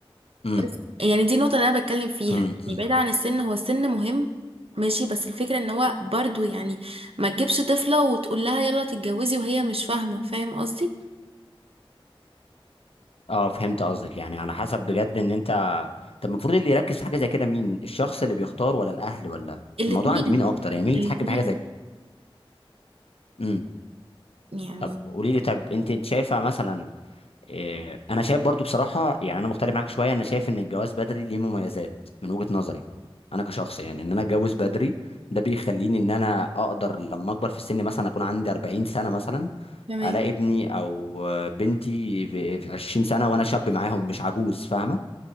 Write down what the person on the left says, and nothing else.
امم
امم
أمم.
اه فهمت قصدك يعني على حسب بجد ان انت طب المفروض اللي يركز في حاجه زي كده مين الشخص اللي بيختار ولا الاهل ولا
الموضوع عند مين اكتر يعني مين اللي
يتحكم في حاجه زي كده
طب قولي لي طب انت انت شايفه مثلا اه انا شايف برضو بصراحه يعني انا مختلف معاك شويه انا شايف ان الجواز بدري ليه مميزات من وجهه نظري انا كشخص يعني ان انا اتجوز بدري ده بيخليني ان انا اقدر لما اكبر في السن مثلا اكون عندي 40 سنه مثلا
الاقي ابني او بنتي في في 20 سنه وانا شاب معاهم مش عجوز فاهمه